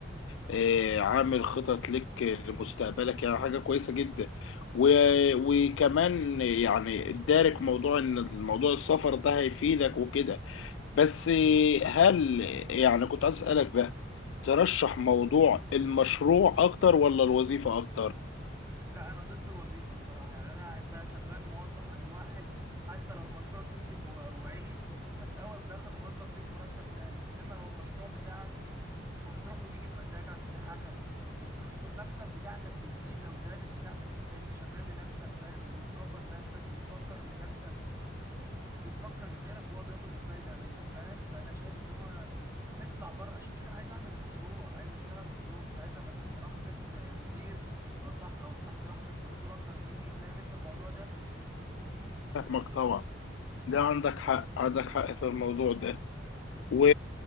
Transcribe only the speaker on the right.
لا انا ضد الوظيفه الصراحه يعني انا انت شغال موظف عند واحد حتى لو المشروع كسب و- وعلي انت في الاول وفي الاخر موظف ليك مرتب ثابت انما لو المشروع بتاعك انت هتروح وتيجي بمزاجك دي حاجه الفلوس والمكسب بتاعتك بتزيد لو زادت بتاعتك انت انت شغال لنفسك فاهم وتكبر لنفسك بتفكر لنفسك مش بتفكر لغيرك وهو بياخد الفايده منك فاهم فانا شايف ان هو اطلع بره عشان كده انا عايز اعمل مشروع عايز اشتغل مشروع مش عايز ابقى تحت رحمه آه، مدير او تحت او تحت رحمه دكتور اكبر مني فاهم انت الموضوع ده